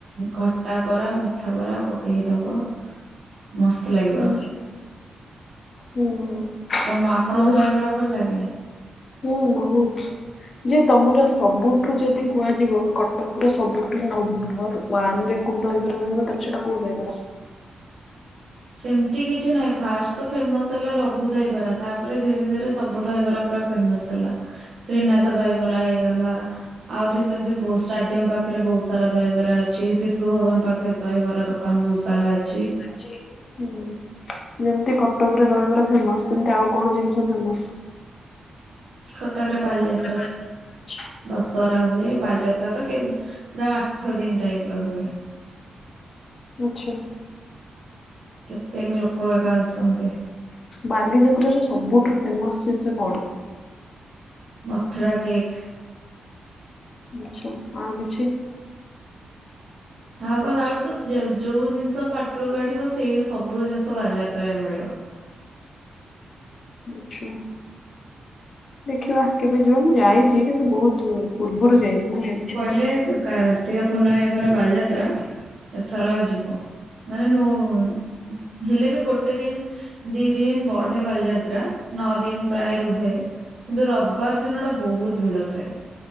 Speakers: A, on the right; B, on the left.
A: ଖଟା ବରା ମିଠା ବରା ପକେଇକି ଦବ। ମସ୍ତ ଲାଗିବ।
B: ହୁଁ ହୁଁ।
A: ତମ ଆପଣଙ୍କୁ
B: ବେଶ
A: ଦହିବରା ଭଲ ଲାଗେ?
B: ହୁଁ ବୋହୁତ। ଯେ ତମର ସବୁଠୁ ଯଦି କୁହାଯିବ କଟକ ର ସବୁଠୁ ନମ୍ବର ୱାନ ରେ କୋଉ ଦହିବରା ରହିବ ତାହେଲେ ସେଇଟା କୋଉ ଦହିବାର?
A: ସେମିତି କିଛିନାହିଁ ଫାଷ୍ଟ ତ ଫ୍ରମେସ ରଗୁ ଦହିବରା ତାପରେ ଧୀରେ ଧିରେ ସେ ସବୁ ଦହିବରା ପୁରା ଫେମସ ହେଲା ତ୍ରିନାଥ ଦହିବରା ହେଇଗଲା ଆହୁରି ସେମିତି ବୋହୁତ ଷ୍ଟାଡିୟମ ପାଖରେ ବୋହୁତ ସାରା ଦହିବରା ଅଛି ଅଛି ଶିଶୁ ଭବନ ପାଖେ ଦହିବରା ଦୋକାନ ବହୁତ ସାରା ଅଛି।
B: ଜି ହୁଁ ଯେମିତି କଟକରେ ଦହିବରା ଫେମସ ସେମିତି ଆଉ କଣ ଜିନିଷ ଫେମସ?
A: କଟକରେ ବାଲିଯା
B: ବାଲି ଯାତ୍ରା
A: ଦଶହରା ହୁଏ ବାଲିଯାତ୍ରା ତ ପୁରା ଆଠ ଦିନ ଟାଇପ ର ହୁଏ।
B: ଆଛା।
A: କେତେକ ଲୋକ ଏ ଗ ଆସନ୍ତି।
B: ବାଲିଯାତ୍ର ରେ ସବୁଠୁ ଫେମସ ଜିନିଷ କଣ?
A: ମଥୁର କେକ୍।
B: ଆଛା ଆଉ କିଛି?
A: <unintelligible> ଯୋଉ ଜିନିଷ ପାଟିରୁ କାଢିବ ସେଇ ସବୁ ଜିନିଷ ବାଲିଯାତ୍ରାରେ ମିଳିବ।
B: ଆଛ ଦେଖିବା କେବେ ଯିବା ମୁଁ ଯାଇଚି। ସିଏ କିନ୍ତୁ ବହୁତ ପୂର୍ବରୁ ଯାଇଚି ମାନେ ଏବେ
A: ହେଲେ କାର୍ତ୍ତିକ ପୂର୍ଣ୍ଣମୀ ପରେ ବାଲିଯାତ୍ରା ଏଥର ଯିବ ମାନେ ନୋ ଫୋନ୍ ହେଲେବି ଗୋ ଗୋଟେ ଦିନ୍ ଦି ଦିନ୍ ବଢେ ବାଲିଯାତ୍ରା ନଅ ଦିନ୍ ପ୍ରାୟ ରୁହେ। କିନ୍ତୁ ରବିବାର ଦିନଟା ବହୁତ୍ ଭିଡ଼ ଥାଏ